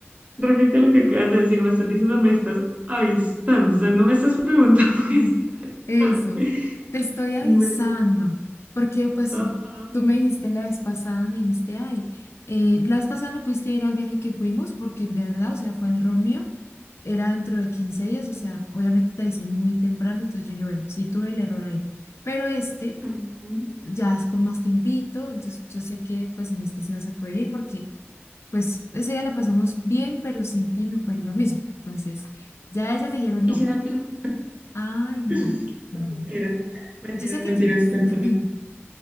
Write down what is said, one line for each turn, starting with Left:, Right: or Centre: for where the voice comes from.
Right: repite lo que acabas de decir. Me estás diciendo, me estás avisando. O sea, no me estás preguntando
Left: <laughs>
Right: que sí. <laughs>
Left: Eso, te estoy avisando,
Right: Bueno,
Left: porque pues
Right: ajá.
Left: tú me dijiste la vez pasada, me dijiste, ay, eh, la vez pasada no pudiste ir al viaje que fuimos, porque de verdad, o sea, fue un error mío. Era dentro de 15 días, o sea, obviamente te avisé muy temprano, entonces yo dije, bueno, sí tuve el error ahí. Pero este.
Right: ujú.
Left: ya es con más tiempito, entonces yo sé que pues en este sí vas a poder ir porque pues ese día la pasamos bien, pero sin ti no fue lo mismo. Entonces ya ellas dijeron no,
Right: Y si no quiero.
Left: ay no,
Right: <clears throat>
Left: no,
Right: No,
Left: no.
Right: mentiras, mentiras,
Left: Yo sé que
Right: mentiras.
Left: quieres.
Right: Cuéntame.
Left: <laughs>